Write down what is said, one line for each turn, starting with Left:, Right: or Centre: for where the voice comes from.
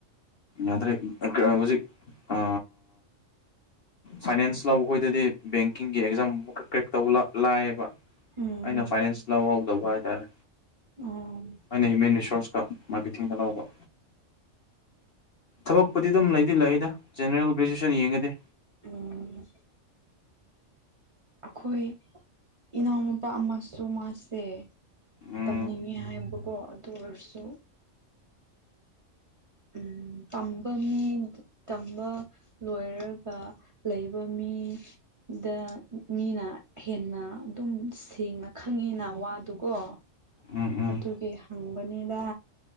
Left: ꯌꯥꯔꯦ ꯍꯧꯖꯤꯛ ꯑ ꯐꯥꯏꯅꯥꯟꯁ ꯂꯧꯕ ꯑꯩꯈꯣꯏꯗꯗꯤ ꯕꯦꯡꯀꯤꯡꯒꯤ ꯑꯦꯛꯖꯥꯝ ꯀ꯭ꯔꯦꯛ ꯇꯧꯕ ꯂꯥꯛꯑꯕ
Right: ꯎꯝ
Left: ꯑꯩꯅ ꯐꯥꯏꯅꯥꯟꯁ ꯂꯧꯍꯧꯗꯧꯕ ꯍꯥꯏꯇꯥꯔꯦ
Right: ꯎꯝ ꯑꯣ
Left: ꯑꯩꯅ ꯍ꯭ꯌꯨꯃꯦꯟ ꯔꯤꯁꯣꯔꯁꯀ ꯃꯥꯔꯀꯦꯇꯤꯡꯗ ꯂꯥꯎꯕ ꯊꯕꯛꯄꯨꯗꯤ ꯑꯗꯨꯝ ꯂꯩꯗꯤ ꯂꯩꯗ ꯖꯦꯅꯔꯦꯜ ꯒ꯭ꯔꯦꯖꯨꯋꯦꯁꯟ ꯌꯦꯡꯉꯗꯤ
Right: ꯎꯝ ꯑꯩꯈꯣꯏ ꯏꯅꯥꯎꯅꯨꯄꯥ ꯑꯃꯁꯨ ꯃꯥꯁꯦ
Left: ꯎꯝ
Right: ꯇꯝꯅꯤꯡꯉꯤ ꯍꯥꯏꯕꯀꯣ ꯑꯗꯨ ꯑꯣꯏꯔꯁꯨ ꯎꯝ ꯇꯝꯕ ꯃꯤ ꯇꯝꯕ ꯂꯣꯏꯔꯒ ꯂꯩꯕ ꯃꯤ ꯃꯤ ꯗ ꯃꯤꯅ ꯍꯦꯟꯅ ꯑꯗꯨꯝ ꯁꯦꯡꯅ ꯈꯪꯉꯤꯅ ꯋꯥ ꯑꯗꯨꯒꯣ
Left: ꯎꯝ ꯎꯝ
Right: ꯑꯗꯨꯒꯤ ꯍꯪꯕꯅꯤꯗ